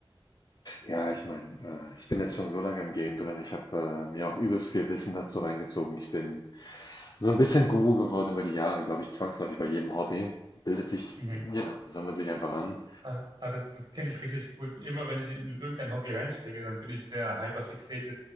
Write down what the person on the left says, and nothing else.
Ja, ich meine, äh, ich bin jetzt schon so lange im Game drin. Ich habe äh, mir auch übelst viel Wissen dazu reingezogen. Ich bin so ein bisschen Guru geworden über die Jahre, glaube ich, zwangsläufig bei jedem Hobby. Bildet sich,
genau, sammelt sich einfach an.